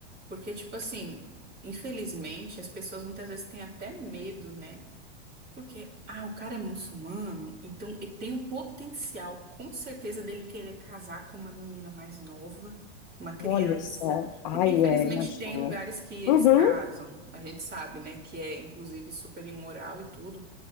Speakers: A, on the right; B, on the left.
A: Porque, tipo assim, infelizmente, as pessoas muitas vezes têm até medo, né? Porque, ah, o cara é muçulmano, então ele tem o potencial, com certeza, dele querer casar com uma menina mais nova, uma criança.
B: Olha só. Ai,
A: Porque, infelizmente,
B: é, imagina.
A: tem lugares que eles
B: Uhum,
A: casam. A gente sabe, né? Que é, inclusive, super imoral e tudo.